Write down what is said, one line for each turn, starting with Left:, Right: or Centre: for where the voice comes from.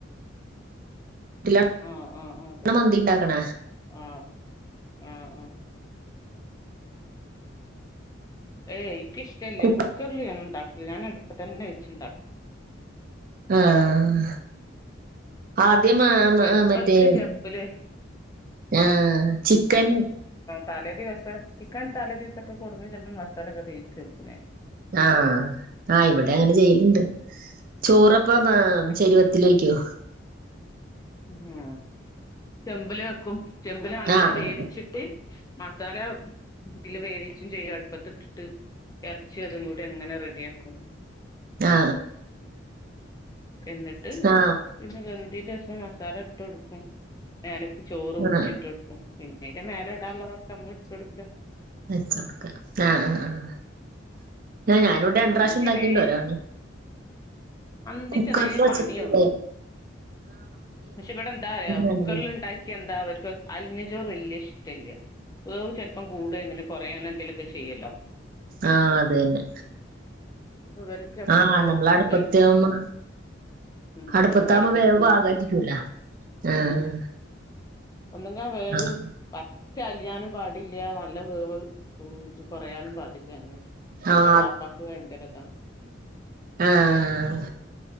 Right: പൊടിയിലാണ്
Left: ആഹ ആഹ് ആഹതന്നെ
Right: മന്തി ഉണ്ടാക്കണ
Left: ആഹ ആഹ ആഹ ഏയ് എിക്ക ഇഷ്ടല്ല
Right: കുക്കർ
Left: കുക്കറിില് ഞ ഉണ്ടാക്കല ഞാൻ അടുപ്പ തന്നെ വെച്ചുണ്ടാക്കും
Right: ആഹ ആ ആദ്യ ആ
Left: അടുപ്പത്ത്
Right: ആ മറ്റേ
Left: ചെമ്പില്
Right: ആഹ ചിക്കൻ
Left: താലേ ദിവസം ചിക്കൻ താലേ ദിവസൊക്കെ കൊടുുന്നു ചിലപ്പോ മസാല ഒക്കെ തേച്ച് വെക്കുന്ന
Right: ആഹ് ആഹ് ഇവിടെ അങ്ങനെ ചെയ്ലുണ്ട് ചോറപ്പ
Left: ഉം
Right: ചെരുവത്തിലേക്കോ
Left: ഉ ചെമ്പല വെക്കും ചെമ്പലും എല്ലാം
Right: ആ
Left: വേവിച്ചിട്ട്
Right: ആ
Left: മസാല എതില് വേവിച്ചും ചെയ്യും അടുപ്പത്തി ഇട്ടിട്ട് ഇറച്ചി അതും കൂടി അങ്ങനെ റെഡിയ ആാക്കും
Right: ആ ആ
Left: എന്നിട്ട്
Right: ആ ആ
Left: പിന്നെ ഗന്തീന്റെ ദിവസം മാസ ല ഇട്ട് എടുക്കും വല ചോറ്
Right: ആ
Left: ഊിട്ട കൊടുക്കും പിന്നീന്റെ മേല ഇടാന ഉുള്ളതൊക്കെ നമ്മ ഇ കൊടുക്ക
Right: നച്ചക്ക ആഹ ആ ആഹ
Left: ഉം.
Right: ഞാനിവിടെ എണ്ട്രാവശ്യം
Left: മന്തി
Right: ഉണ്ടാക്കിണ്ട്
Left: വേ
Right: ഒര
Left: മന്തി
Right: കുൂക്കർന്ന
Left: ചെറിയ പണിയൊള്ളൂ
Right: ചട്ട
Left: പക്ഷെ ഇവിടെ എന്താ പററയാ കുക്കറൽ
Right: വേണ്ടല്ലോ
Left: ഉണ്ടാക്കി എന്താ അവർക്ക് അലിഞ്ഞ ചോറും ഇല്ലേ പല്ല വവ് ചിലപ്പം കൂടനും കുറങ്ങനെ എന്തേലുമൊക്കെ ചെയ്യല്ലോ
Right: ആഹ അത് തന്നെ
Left: ഇപ്പൊ വെരക്ക് എപ്പോരു
Right: ആ നമ്മൾ അടുപ്പത്താവുമ്പോ
Left: അഐ ഉം
Right: അടുപ്പത്താവുമ്പോ
Left: നമുക്ക് ഇടക്കിടക്ക്
Right: വേവ് പാകായിരിക്കൂല
Left: നോക്ക്
Right: ആ
Left: ഉം ഒന്നങ്ക വേവ്
Right: ആഹ്
Left: ചലിയാനും പാടില്ല നല്ല വേവ് ഉ കുറയാനും പാടില്ല അങ്ങനെ
Right: ആഹ്
Left: ഒരു വാപ്പാക്ക് വേണ്ടരതാ
Right: ആഹ